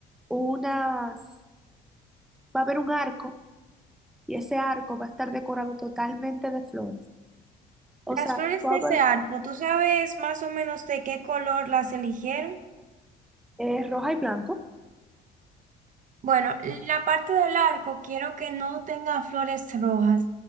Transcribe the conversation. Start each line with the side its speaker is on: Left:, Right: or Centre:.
Centre: unas, va a haber un arco y ese arco va a estar decorado totalmente de flores. O
Right: Las
Centre: sea,
Right: flores
Centre: todo
Right: de ese
Centre: el-
Right: arco, ¿tú sabes más o menos de qué color las eligieron?
Centre: eh, roja y blanco.
Right: Bueno, la parte del arco quiero que no tenga flores rojas